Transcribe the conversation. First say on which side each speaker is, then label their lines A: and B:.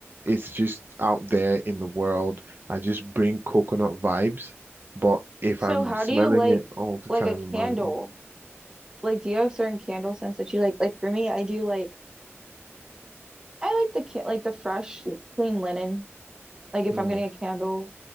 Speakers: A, on the right; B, on the right.
A: it's just out there in the world. I just bring coconut vibes, but if
B: So
A: I'm
B: how
A: smelling
B: do you like
A: it all the
B: like
A: time
B: a candle?
A: in my room,
B: Like, do you have certain candle scents that you like? Like for me, I do like I like the can like the fresh, clean linen. Like if
A: mm,
B: I'm getting a candle,